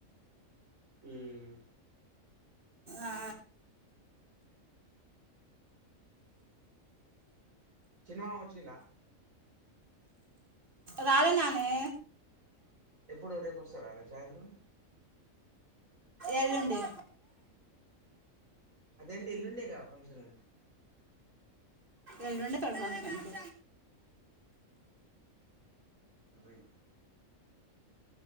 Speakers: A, on the right; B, on the right.
A: ఉమ్
B: ఆ
A: చిన్న మామ వచ్చిండా
B: రాలే నానే
A: ఎప్పుడు రేపొస్తాడా రేపు సాయంత్రం.
B: ఎల్లుండి
A: అదేంటి ఎల్లుండే గా ఫంక్షన్
B: ఎల్లుండే తొలి ఫంక్షన్సు
A: దైని